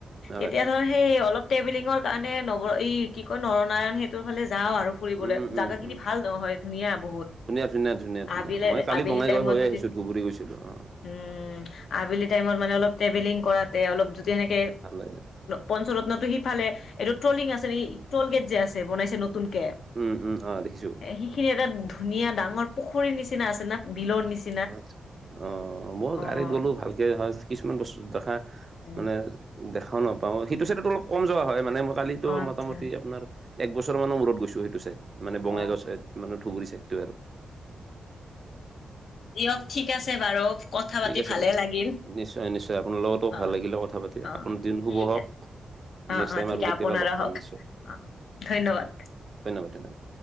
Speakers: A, on the right (about 35°); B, on the left (about 70°).
A: হয়
B: এতিয়া ধৰ সেই অলপ ট্ৰেভেলিঙৰ কাৰণে নগৰ এই কি কয় নৰনাৰায়ণ সেতুৰ ফালে যাওঁ আৰু। ফুৰিবলৈ
A: উম
B: জাগাখিনি
A: উম উম
B: ভাল। নহয় ধুনীয়া বহুত
A: ধুনীয়া ধুনীয়া ধুনীয়া ধুনীয়া
B: আবিলে
A: মই কালি
B: আবেলি
A: বঙাইগাঁও
B: টাইমত
A: হৈ
B: যদি
A: আহিছো ধুবুৰী গৈছিলো অ
B: উম আবেলি টাইমত মানে অলপ ট্ৰেভেলিং কৰাতে অলপ যদি সেনেকে
A: ভাল লাগে
B: পঞ্চৰত্নটো সিফালে এইটো ট্ৰলিং আছে নে ট্ৰল গেট যে আছে বনাইছে নতুনকে
A: উম উম অ দেখিছো
B: সিখিনি এটা ধুনীয়া ডাঙৰ পুখুৰীৰ নিচিনা আছে না বিলৰ নিচিনা।
A: আ অ মই
B: অ',
A: গাড়ীত গ'লো ভালকে হয় কিছুমান বস্তু দেখা।
B: অ',
A: মানে দেখাও নাপাওঁ সেইটো চাইটোতো অলপ কম যোৱা হয়। মানে মই কালিতো
B: আচ্ছা।
A: মোটামুটি আপোনাৰ এক বছৰ মানৰ মূৰত গৈছো। সেইটো চাইদ মানে বঙাইগাঁওৰ
B: অ',
A: ছাইদ মান ধুবুৰী চইটতো আৰু
B: দিয়ক ঠিক আছে বাৰু- কথা পাতি
A: ঠিক আছে
B: ভালে
A: বাৰু
B: লাগিল।
A: নিশ্চয় নিশ্চয় আপোনাৰ লগতো
B: অ',
A: ভাল লাগিলে। কথা পাতি
B: অ',
A: আপোনাৰ দিন শুভ
B: ঠিক
A: হওক-
B: আছে অ',
A: নেক্সট
B: অ',
A: টাইম
B: ঠিক
A: কেতিয়া
B: আপোনাৰো হওক
A: নিশ্চয়
B: অ', ধন্যবাদ।
A: ধন্যবাদ ধন্যবাদ।